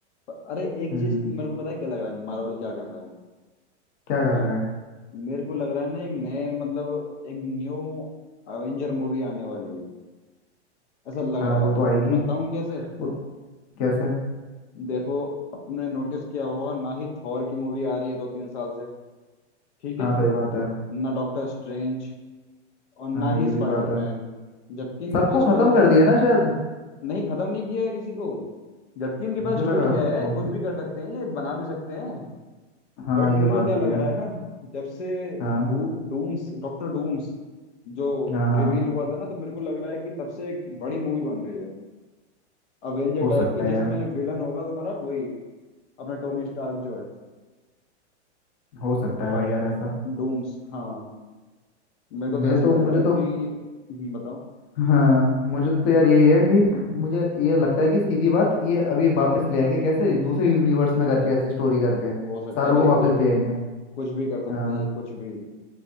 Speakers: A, on the left (about 75°); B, on the left (about 40°).
A: प- अरे एक
B: हम्म
A: चीज मेरे को पता है क्या लग रहा है मार्वल क्या कर रहा है
B: क्या कर रहे हैं
A: मेरे को लग रहा है ना एक नए मतलब एक न्यू अवेंजर मूवी आने वाली है ऐसा लग
B: हाँ
A: रहा
B: वो
A: है
B: तो आएगी
A: बताऊं कैसे
B: वो कैसे
A: देखो अब तुमने नोटिस किया होगा ना ही थॉर की मूवी आ रही है दो तीन साल से ठीक
B: हाँ
A: है
B: सही बात है
A: ना डॉक्टर स्ट्रेंज और ना
B: हाँ ये
A: ही स्पाइडरमैन
B: भी बात है
A: जबकि इनके
B: सबको
A: पास स्टोरी
B: खत्म कर दिया ना शायद
A: नहीं खत्म नहीं किया है किसी को जबकि इनके
B: मुझे
A: पास स्टोरी
B: लगा
A: है
B: होगा
A: कुछ भी कर सकते हैं ये बना भी सकते हैं
B: हाँ
A: बट
B: ये
A: मेरे
B: बात
A: को क्या
B: भी
A: लग
B: है
A: रहा है ना जब से
B: हाँ
A: डू डूम्स डॉक्टर डूम्स जो
B: हाँ हाँ
A: रिवील हुआ था ना तो मेरे को लग रहा है कि तब से एक बड़ी मूवी बन रही है अवेंजर
B: हो सकता
A: टाइप की
B: है
A: जिसमें
B: यार
A: विलन होगा तुम्हारा वही अपना टोनी स्टार्क जो है
B: हो सकता है भाई यार ऐसा
A: डूम्स हाँ मेरे को तो
B: मेरे
A: ऐसे
B: तो
A: लग
B: मुझे
A: रहा है
B: तो
A: कि हम्म, बताओ
B: हाँ मुझे तो यार यही है कि मुझे ये लगता है कि सीधी बात ये अभी वापस ले आएंगे कैसे दूसरे यूनिवर्स में करके ऐसी स्टोरी करके
A: हो सकता
B: सारों
A: है भाई
B: को वापस
A: कुछ भी
B: ले आएंगे
A: कुछ भी कर सकते
B: हाँ
A: हैं ये, कुछ भी